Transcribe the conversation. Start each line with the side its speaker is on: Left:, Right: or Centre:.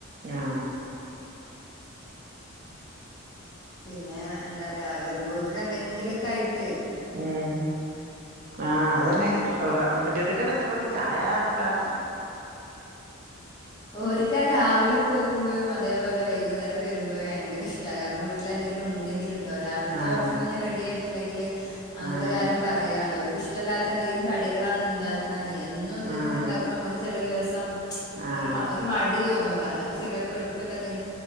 Right: ആ
Left: പിന്നേ എന്താപറയാ വരുമ്പോത്തിന് എന്തെങ്കിലൊക്കെ ക
Right: ഉം ഹാ അതന്നെ മുറ്റത്തക്ക്‌ അങ്ങ് എത്തുമ്പോക്കും ചായാറന്നിട്ടാ
Left: ഓര്ക്കാ രാവിലെ പോകുമ്പെഴും അതേ പോലെ വെകുന്നേരം വരുമ്പെഴും ഭയങ്കര ഇഷ്ടാ കാരണം വീട്ടിലെന്തെങ്കിലും ഉണ്ടെ ട്ടോ രാവിൽത്തെ
Right: ആഹ്
Left: ഭക്ഷണം ങ്ങീ റെഡി ആയിട്ടില്ലെങ്കിൽ അന്നത്തെ
Right: ആഹ്
Left: കാര്യം പറയാണ്ടോ ഓർക്ക് ഇഷ് ഇഷ്ടല്ലാത്ത എന്തെങ്കിലും കടികളാണ് ഉണ്ടാക്കണന്നെങ്കിൽ എന്നും ഇത്
Right: ആഹ്
Left: ഇങ്ങനെ ഇണ്ടാക്കും അമ്മക്ക് ചെല ദിവസം
Right: ആഹ്
Left: ഒരു ഒരു മടി തോന്നൂല അന്നൊക്കെ ചെലപ്പോ എളുപ്പല്ലെ എന്തേലും